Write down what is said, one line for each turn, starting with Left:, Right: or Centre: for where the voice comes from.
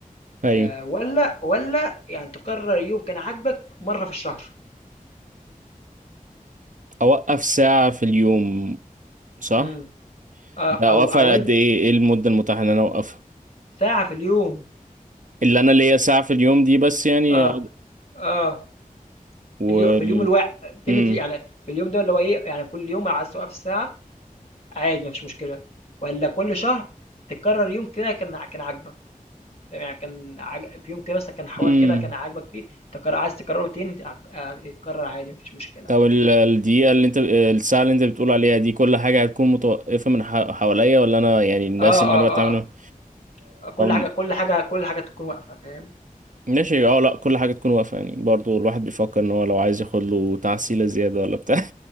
Right: هاي
Left: آه، ولا ولا يعني تقرر يوم كان عاجبك مرة في الشهر
Right: اوقف ساعه في اليوم صح
Left: امم آه،
Right: ده اوقفها
Left: او او انت
Right: قد ايه ايه المده المتاحه ان انا اوقفها
Left: ساعة في اليوم
Right: اللي انا ليا ساعة في اليوم دي بس يعني
Left: اه
Right: أقعد-
Left: اه
Right: وال
Left: في اليوم في اليوم الواحد كلمة
Right: امم
Left: يعني في اليوم ده اللي هو ايه يعني كل يوم عايز توقف ساعة عادي مفيش مشكلة ولا كل شهر تكرر يوم كده كان ع- كان عاجبك يعني كان عاج- في يوم كده مثلا كان حوار
Right: امم
Left: كده كان عاجبك فيه تكرر عايز تكرره تاني هك- هيتكرر عادي مفيش مشكلة
Right: طب ال- الدقيقة اللي انت الساعة اللي انت بتقول عليها دي كل حاجة هتكون متوقفة من ح- حواليا ولا انا يعني الناس
Left: آه،
Right: اللي
Left: آه،
Right: انا بتعامل معاهم
Left: آه، كل حاجة
Right: آم،
Left: كل حاجة كل حاجة تكون واقفة فاهم؟
Right: ماشي اه لا كل حاجة تكون واقفة يعني برضو الواحد بيفكر ان هو لو عايز ياخد له تعسيلة زيادة ولا بتاع <laughs>